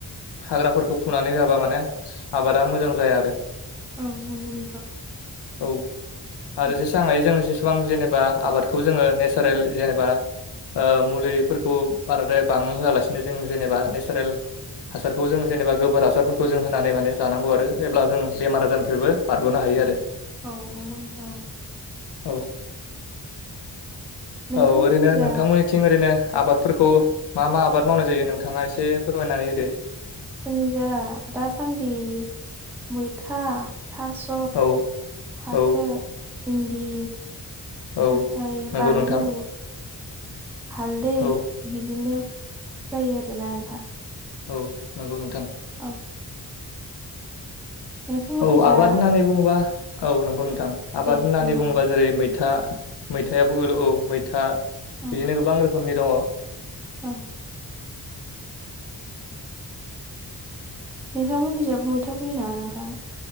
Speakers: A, on the left (about 70°); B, in the centre.
A: हाग्राफोरखौ फुनानै होाबा माने आबादा मोजां जाया आरो
B: औ नगौ नोंथां।
A: औ आरो
B: उम
A: जेसां हायो जोङो जे गोबां जेनेबा आबादखौ जोङो नेचारेल जेनेबा मुलिफोरखौ बाराद्राय बां होआलासिनो जों जेनेबा नेचारेल बे जों जेनेबा गोबोर हासारफोरखौ जों होनानै माने जानांगौ आरो अब्ला जों बेमार आजारनिफ्रायबो बारग'नो हायो आरो
B: औ औ नं गौ नोंथां औ
A: औ
B: नोंथांमोननि
A: औ ओरैनो
B: जा
A: नोंथांमोननि थिं ओरैनो आबादफोरखौ मा मा आबाद मावनाय जायो नोंथाङा एसे फोरमायनानै हो दे
B: जोंनि जा दासान्दि मैथा थास'
A: औ
B: फाथो
A: औ
B: भिन्दि
A: औ
B: ओमफफ्राय
A: नंगौ
B: बानलु
A: नोंथां
B: हालदै
A: औ
B: बिदिनो जायो आरोना नोंथां
A: औ नंगौ नोंथां
B: औ नोंथांमोननि
A: औ
B: जा
A: आबाद होननानै बुङोबा औ नंगौ नोंथां आबाद
B: दे
A: होननानै
B: बुं नोंथां
A: बुङोबा जेरै मै मैथा मैथायाबो गोल औ मैथा बिदिनो
B: उम
A: गोबां रोखोमनि दङ'
B: औ नोंथांमोनननि जाबो मैथा फैयो नामा नोंथां